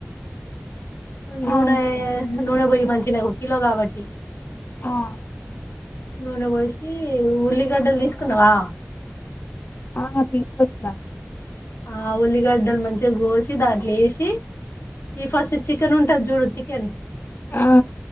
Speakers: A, on the left (about 80°); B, on the left (about 50°).
A: నూన
B: ఆ
A: నూనె పొయ్యి మంచినగు కిలో కాబట్టి
B: ఆ
A: నూనె పోసి ఉల్లిగడ్డలు తీసుకున్నావా
B: ఆ తీసుకొచ్చిన
A: ఆ ఉల్లిగడ్డలు మంచిగా గోసి దాంట్లో వసి ఈ ఫస్ట్ చికెన్ ఉంటది చూడు చ కన్
B: ఆ